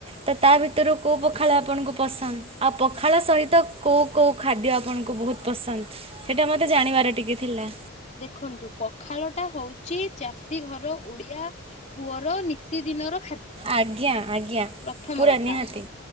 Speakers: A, on the right; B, on the left.
A: ତ ତା ଭିତରୁ କୋଉ ପ ଖାଳ ଆପଣଙ୍କୁ ପସନ୍ଦ, ଆଉ ପଖାଳ ସହିତ କୋଉ କୋଉ ଖାଦ୍ୟ ଆପଣଙ୍କୁ ବହୁତ ପସନ୍ଦ? ସେଟା ମୋତେ ଜାଣିବାର ଟିକେ ଥିଲା।
B: ଖନ୍ତୁ ପଖାଳ ଟା ହଉଚି ଚାଷୀ ଘର ଓଡିଆ ପୁଅର ନିତି ଦିନର
A: ଆଜ୍ଞା। ଆଜ୍ଞା
B: ପ୍ରଥମ
A: ପୁରା
B: କଥା
A: ନିହାତି